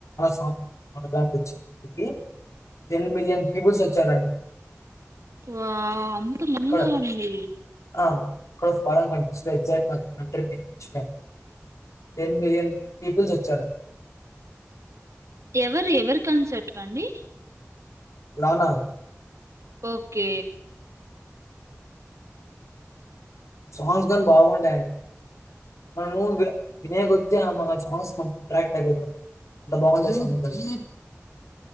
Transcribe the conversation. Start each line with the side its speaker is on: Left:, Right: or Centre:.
Left: song <unintelligible> ten million peoples వచ్చారు అండి
Right: వా అంతమంది
Left: ఇక్కడ
Right: అండి
Left: ఆ ఇక్కడ ఫారిన్ కంట్రీస్ లో ఎగ్జాక్ట్ అంటే నచ్చ టెన్ మిలియన్ పీపుల్స్ వచ్చారు
Right: ఎవరు ఎవరి కన్సర్ట్ అండి
Left: లాలా
Right: ఓకే
Left: సాంగ్స్ కానీ బాగుంటాయండి మనము వినేయ కొద్దీ మా సాంగ్స్ మన అట్రాక్ట్ అయిపోతాం అంత బాగుంటది